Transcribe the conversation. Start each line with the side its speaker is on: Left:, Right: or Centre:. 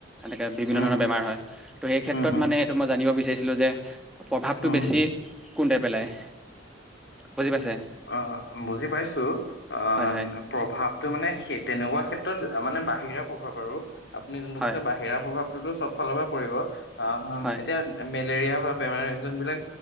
Centre: এনেকৈ বিভিন্ন
Left: উম
Centre: ধৰণৰ বেমাৰ হয়। ত' সেই ক্ষেত্ৰত
Left: উম উম
Centre: মানে এইটো মই জানিব বিচাৰিছিলো যে প্ৰভাৱটো
Left: উম
Centre: বেছি কোনটোৱে পেলাই বুজি পাইছে?
Left: অ', বুজি পাইছো অ'
Centre: হয় হয়
Left: প্ৰভাৱটো মানে সেই তেনেকুৱা ক্ষেত্ৰত মানে বাহিৰা প্ৰভাৱ আৰু। আপুনি যোনটো
Centre: হয়
Left: কৈছে বাহিৰা প্ৰভাৱটোতো চব ফালৰ পৰা পৰিব আহ,
Centre: হয়
Left: এতিয়া মেলেৰিয়া বা বেমাৰ যোনবিলাক